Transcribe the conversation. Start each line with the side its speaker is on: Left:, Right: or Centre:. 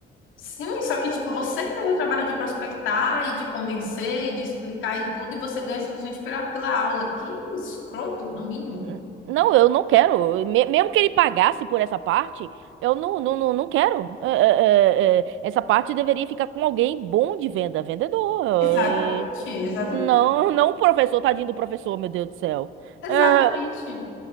Left: sim, só que tipo, você que teve o trabalho de prospectar e de convencer e de explicar e tudo, e você ganha simplesmente pela, pela aula. Que escroto, no mínimo.
Right: N- Não, eu não quero. Me- mesmo que ele pagasse por essa parte, eu não, não, não, não quero. É, é, é, é, essa parte deveria ficar com alguém bom de venda, vendedor. É,
Left: Exatamente, exatamente,
Right: Não, não o professor, tadinho do professor, meu Deus do céu.
Left: exatamente.
Right: É,